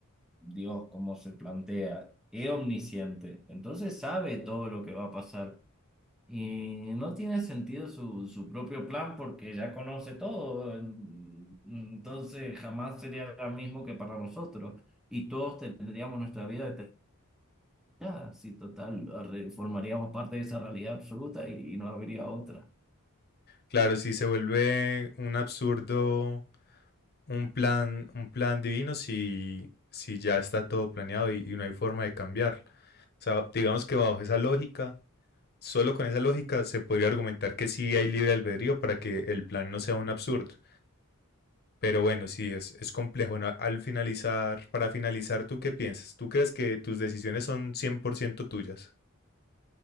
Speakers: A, in the centre; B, on the left.
A: Dios, como se plantea, es omnisciente, entonces sabe todo lo que va a pasar. Y no tiene sentido su, su propio plan porque ya conoce todo. en- Entonces jamás sería lo mismo que para nosotros. Y todos tendríamos nuestra vida ya, sí, total, arre- formaríamos parte de esa realidad absoluta y, y no habría otra.
B: Claro, si se vuelve un absurdo un plan, un plan divino si, si ya está todo planeado y, y no hay forma de cambiarlo. O sea, digamos que bajo esa lógica, solo con esa lógica se podría argumentar que sí hay libre albedrío para que el plan no sea un absurdo. Pero bueno, sí, es, es complejo. ¿no? Al finalizar, para finalizar, ¿tú qué piensas? ¿Tú crees que tus decisiones son 100% tuyas?